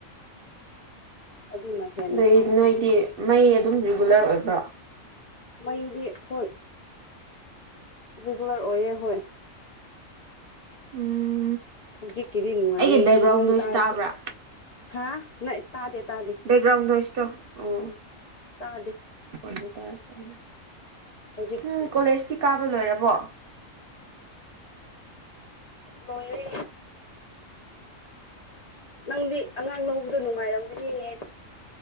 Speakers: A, on the left; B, on the right.
A: ꯑꯗꯨꯅ ꯍꯦꯟꯅ
B: ꯗꯨꯢ
A: ꯍꯥꯎꯈ꯭ꯔꯦ
B: ꯅꯣꯏꯗꯤ ꯃꯩ ꯑꯗꯨꯝ ꯔꯤꯒꯨꯂꯔ ꯑꯣꯏꯕ꯭ꯔꯥ
A: ꯃꯩꯗꯤ ꯍꯣꯏ ꯔꯤꯒꯨꯂꯔ ꯑꯣꯏꯌꯦ ꯍꯣꯏ
B: ꯎꯝ
A: ꯍꯧꯖꯤꯛꯀꯤꯗꯤ ꯅꯨꯡꯉꯥꯏꯌꯦ
B: ꯑꯩꯒꯤ ꯕꯦꯛꯒ꯭ꯔꯥꯎꯟ
A: ꯅꯣꯡ
B: ꯅꯣꯏꯁ
A: ꯇꯥꯔꯁꯨ
B: ꯇꯥꯕ꯭ꯔꯥ
A: ꯍꯥ ꯅ ꯇꯥꯗꯦ ꯇꯥꯗꯦ
B: ꯕꯦꯛꯒ꯭ꯔꯥꯎꯟ ꯅꯣꯏꯁꯇꯣ ꯑꯣ
A: ꯇꯥꯗꯦ
B: <unintelligible>
A: ꯍꯧꯖꯤꯛꯇꯤ
B: ꯎꯝ
A: ꯇꯥꯗꯦ
B: ꯀꯣꯂꯦꯖꯇꯤ ꯀꯥꯕ ꯂꯣꯏꯔꯕꯣ?
A: ꯂꯣꯏꯔꯦ ꯅꯪꯗꯤ ꯑꯉꯥꯡ ꯂꯧꯕꯗꯣ ꯅꯨꯡꯉꯥꯏꯔꯝꯒꯅꯤꯍꯦ